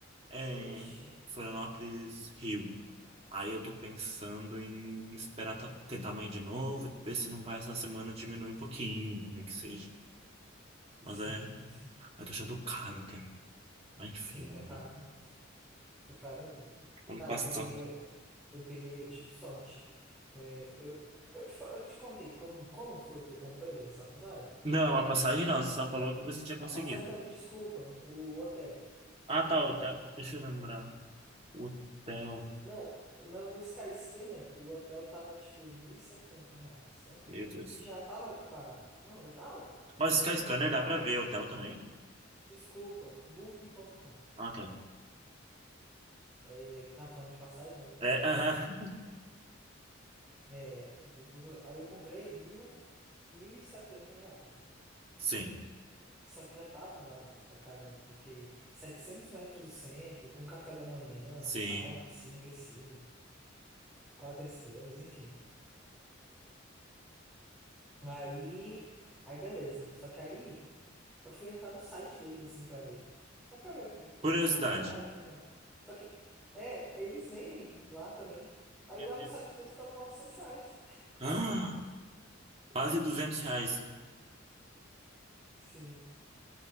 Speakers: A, on the right (about 30°); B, in the centre.
A: é,
B: Vixe.
A: Florianópolis, Rio. Aí eu tô pensando em esperar ta- tentar amanhã de novo, ver se não vai essa semana diminuir um pouquinho, nem que seja. Mas
B: Sim,
A: é,
B: sim.
A: eu tô achando caro até. Mas enfim,
B: Sim,
A: vamos
B: tá caro
A: ver.
B: mesmo. Tá caro mesmo.
A: Ano
B: Cara,
A: passado.
B: eu peguei, eu, eu peguei, eu tive sorte. É, eu, eu te, fa- eu te contei como, como foi que eu comprei essa passagem?
A: Não, a passagem não. Você só falou que você tinha conseguido.
B: A passagem não, desculpa, o o hotel.
A: Ah, tá, hotel. Deixa eu lembrar. Hotel.
B: Não, no, no Sky Scanner, o hotel tava tipo 1.070 reais, certo?
A: Meu Deus.
B: Que já tava barato. Não, já tava barato.
A: Mas Sky Scanner dá pra ver hotel também?
B: Desculpa, Booking.com.
A: Ah, tá.
B: É, que tava falando de passagem, né? Eu lembrei
A: É,
B: do Sky
A: aham.
B: Scanner. É, o Booking ponto aí eu comprei mil, mil e setenta reais, né?
A: <laughs> Sim,
B: Que- Só que já tava barato pra caramba, porque 700 metros do centro, com café da manhã,
A: sim.
B: sauna, piscina aquecida, quatro estrelas, enfim. Aí, aí beleza. Só que aí eu fui entrar no site deles assim pra ver. Só pra ver como é que tem,
A: Curiosidade.
B: como é que é lá e tudo mais. Só que é, eles vendem lá também. Aí
A: Meu
B: lá
A: Deus.
B: no site
A: <gasps>
B: deles tava novecentos reais.
A: Ah, quase 200 reais.
B: <laughs> Sim.